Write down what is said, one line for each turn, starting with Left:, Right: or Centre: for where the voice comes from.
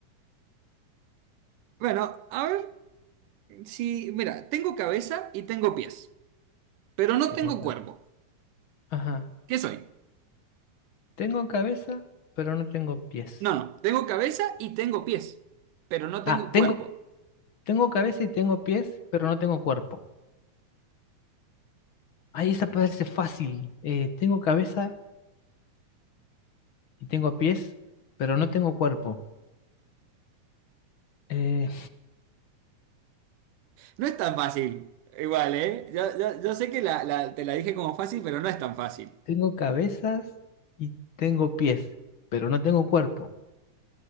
Right: bueno, a ver si, mira, tengo cabeza y tengo pies, pero no
Left: Tengo
Right: tengo
Left: cabeza.
Right: cuerpo.
Left: Ajá.
Right: ¿Qué soy?
Left: Tengo cabeza, pero no tengo pies.
Right: No, no, tengo cabeza y tengo pies, pero no tengo
Left: Ah,
Right: cuerpo.
Left: tengo, tengo cabeza y tengo pies, pero no tengo cuerpo. Ay, esa parece fácil. Eh, tengo cabeza y tengo pies, pero no tengo cuerpo. Eh,
Right: No es tan fácil. Igual, ¿eh? Yo, yo- yo sé que la, la- te la dije como fácil, pero no es tan fácil.
Left: tengo cabezas y tengo pies, pero no tengo cuerpo.